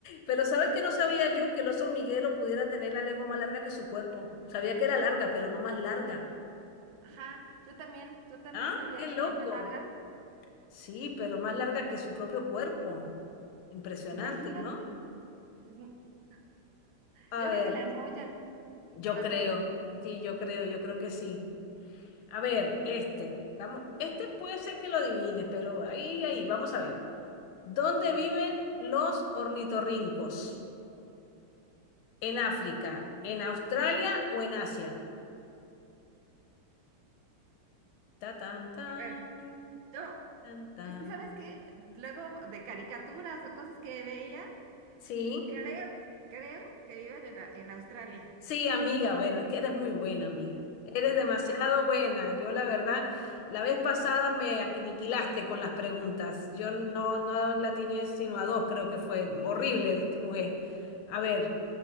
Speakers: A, on the left; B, on the right.
A: Pero ¿sabes que no sabía yo que el oso hormiguero pudiera tener la lengua más larga que su cuerpo? Sabía que era larga, pero no más larga.
B: Ajá, yo también, yo también
A: ¿Ah?
B: sabía
A: ¡Qué
B: que
A: loco!
B: la tenía larga.
A: Sí, pero más larga que su propio cuerpo. Impresionante,
B: Imagínate.
A: ¿no?
B: pues, <laughs>
A: A
B: yo
A: ver,
B: creo que la enrollan
A: yo
B: para
A: creo.
B: guardarla.
A: Sí, yo creo, yo creo que sí. A ver, este. Vamos, este puede ser que lo adivines, pero ahí, ahí, vamos a ver. ¿Dónde
B: Ok.
A: viven
B: A
A: los ornitorrincos? ¿En África, en Australia o en Asia? Ta tan tan
B: ver, yo,
A: tan tan.
B: es que sabes que luego de caricaturas o cosas que veía,
A: Sí,
B: creo, creo que viven en, A- en Australia.
A: sí, amiga, bueno, es que eres muy buena, amiga. Eres demasiado buena. Yo, la verdad, la vez pasada me aniquilaste con las preguntas. Yo no, no la tiene sino a dos, creo que fue. Horrible, jugué. A ver,